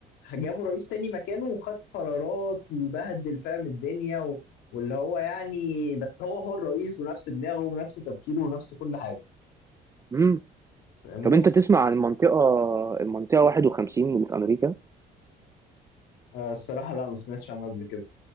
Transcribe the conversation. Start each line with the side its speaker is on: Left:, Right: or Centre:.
Left: جابوا رئيس تاني مكانه وخد قرارات وبهدل فاهم الدنيا و... واللي هو يعني بس هو هو الرئيس ونفس دماغه ونفس تفكيره ونفس كل حاجه
Right: مم.
Left: فاهمني
Right: طب انت تسمع عن المنطقة المنطقة 51 اللي في امريكا
Left: فالصراحه لا ما سمعتش عنه قبل كده